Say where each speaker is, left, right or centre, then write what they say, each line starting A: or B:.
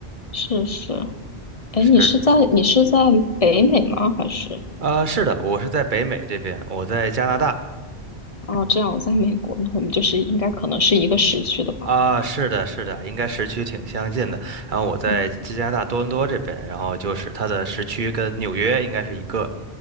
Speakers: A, on the left; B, on the right.
A: 是是，哎，
B: 是的，
A: 你是在你是在北美吗？
B: 是的。
A: 还是？
B: 呃，是的，我是在北美这边，我在加拿大
A: 哦，这样，我在美国，那我们就是应该可能是一个时区的吧？
B: 啊，是的，是的，应该时区挺相近的。然后我在加拿大多伦多这边，
A: 嗯，
B: 然后就是它的时区跟纽约应该是一个。